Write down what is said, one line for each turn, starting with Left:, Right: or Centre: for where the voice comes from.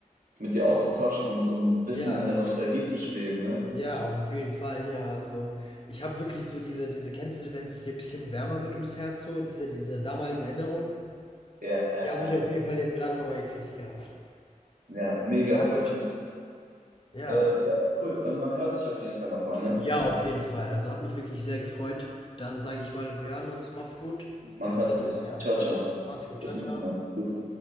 Right: mit dir auszutauschen und so ein bisschen
Left: Ja.
Right: in der Nostalgie zu schweben, ne?
Left: Ja, auch auf jeden Fall, ja. Also, ich habe wirklich so diese diese kennst du, wenn es dir ein bisschen wärmer wird ums Herz so, diese diese damaligen Erinnerungen,
Right: Ja, ja,
Left: die habe
Right: ja.
Left: ich auf jeden Fall jetzt gerade noch mal gekriegt gehabt.
Right: Ja, mega,
Left: Ja,
Right: freut
Left: gut.
Right: mich.
Left: Ja.
Right: Äh, ja, war cool. Äh, man hört sich auf jeden Fall nochmal, ne?
Left: Ja, auf jeden Fall. Also, hat mich wirklich sehr gefreut. Dann sage ich mal, wir hören uns. Mach's gut.
Right: Man
Left: Bis zum
Right: hört
Left: nächsten
Right: sich.
Left: Mal, ja?
Right: Ciao, ciao.
Left: Mach's gut.
Right: Bis
Left: ciao
Right: nächstes
Left: ciao
Right: Mal. Gut.